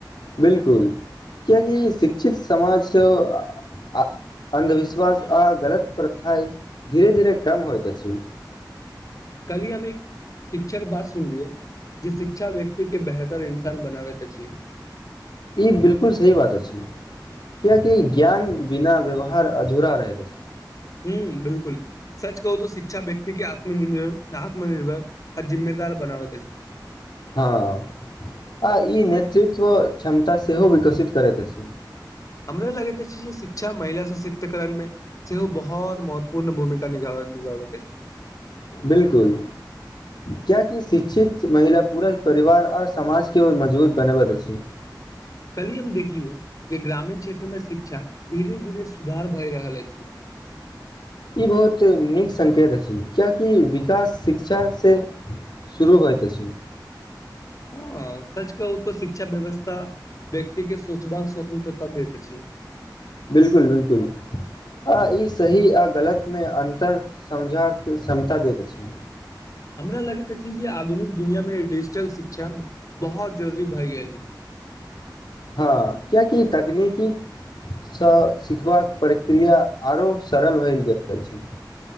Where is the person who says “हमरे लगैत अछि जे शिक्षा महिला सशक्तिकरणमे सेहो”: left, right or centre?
Left